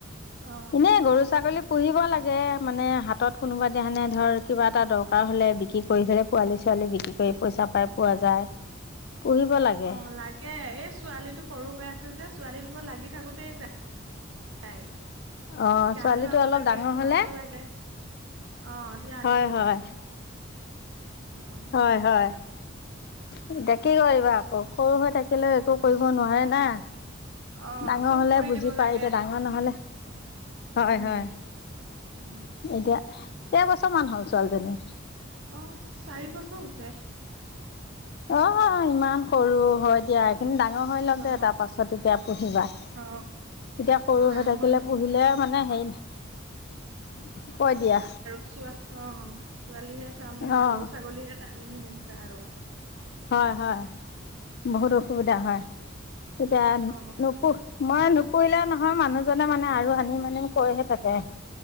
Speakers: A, on the right; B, on the left.
A: অ
B: ইনে গৰু ছাগলী পুহিব লাগে মানে হাতত কোনোবা দিনাখনে ধৰ কিবা এটা দৰকাৰ হ'লে বিক্ৰী কৰি হ'লে পোৱালী ছোৱালী বিক্ৰী কৰি পইচা পাই। পোৱা যায় পুহিব লাগে
A: অ', লাগে এই ছোৱালীটো সৰু হৈ আছে যে, ছোৱালীৰ লগত লাগি থাকোতেই যা <unintelligible> যায়।
B: অ
A: গা
B: ছোৱালীটো
A: ধুৱাব
B: অলপ
A: লাগে
B: ডাঙৰ
A: শুৱাব
B: হলে
A: লাগে অ'। তেতিয়া আনি
B: হয়,
A: ল'ব
B: হয়।
A: অ',
B: হয়, হয় এতিয়াঁ কি কৰিবা আকৌ সৰু হৈ থাক কেলে একো কৰিব নোৱাৰে না।
A: অ
B: ডাঙৰ
A: চব
B: হলে
A: কৰি
B: বুজি
A: দিব লাগে
B: পায় এতিয়াঁ ডাঙৰ নহলে হয়
A: উম,
B: হয়
A: উম
B: এতিয়া কেইবছৰমান হ'ল ছোৱালীজনী।
A: অ', চাৰি বছৰ হৈছে।
B: অ', ইমান সৰু হয় দিয়া। হীন ডাঙৰ হৈ লওক
A: অ
B: দে তাৰ পাছত তেতিয়া পুহিবা। এতিয়া,
A: অ
B: সৰু
A: ডাঙৰ
B: হৈ থাকিলে,
A: হ'ল
B: পুহিলে মানে হেৰি, কৈ দিয়া।
A: চোৱাহ, অ', ছোৱালী এ চাম
B: অ',
A: নে, গৰু ছাগলীয়ে তানিম, সেনেকুৱা আৰু।
B: হয় হয়, বহুত অসুবিধা হয়, তেতিয়া
A: অ
B: নুপুহ মই নুপুহিলে নহয়, মানুহজনে মানে, আৰু আনিম আনিম কৈহে থাকে।